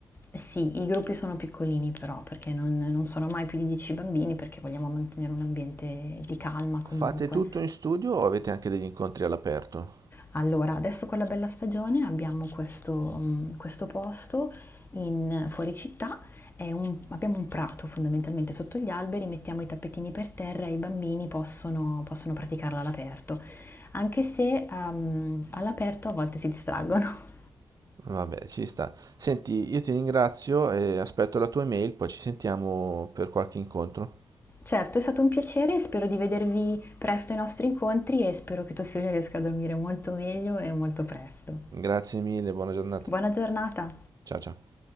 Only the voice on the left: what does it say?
Sì, i gruppi sono piccolini però, perché non, non sono mai più di 10 bambini, perché vogliamo mantenere un ambiente di calma comunque.
Allora, adesso con la bella stagione abbiamo questo, mm, questo posto in, fuori città, è un- abbiamo un prato fondamentalmente sotto gli alberi, mettiamo i tappetini per terra e i bambini possono, possono praticarla all'aperto, anche se ehm, all'aperto a volte si distraggono.
Certo, è stato un piacere e spero di vedervi presto ai nostri incontri e spero che tuo figlio riesca a dormire molto meglio e molto presto.
Buona giornata!